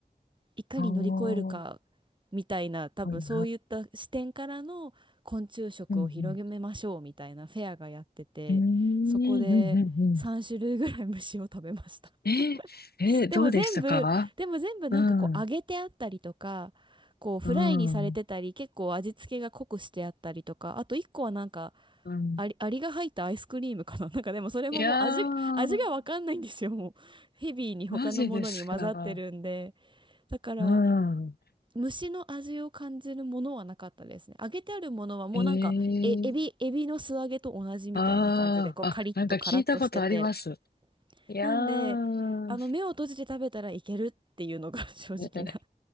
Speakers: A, on the right; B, on the left.
A: いかに乗り越えるか
B: ああ、はい
A: みたいな多分そういった視点からの昆虫食を広げましょうみたいなフェアがやっててそこで3種類ぐらい虫を食べました
B: はい。うんうん。うーん、うん、うん、うん。えー、えー、
A: <laughs> でも全部でも全部なんかこう揚げてあったりとかこうフライにされてたり結構味付けが濃くしてあったりとかあと1個はなんか
B: どうでしたかうん、うん、うん。
A: アリ、アリが入ったアイスクリームかな <laughs> なんかでもそれももう味が、
B: いやー、
A: 味がわかんないんですよもうヘビーに他のものに混ざってるんで
B: マジですか。
A: だから
B: うん。
A: 虫の味を感じるものはなかったですね揚げてあるものはもうなんかえエビエビの素揚げと同じみたいな感じでこうカリッとカラッとしてて
B: えー、ああ、あ、なんか聞いたことあります。いやー、
A: なんであの目を閉じて食べたらいけるっていうのが <laughs> 正直な
B: えー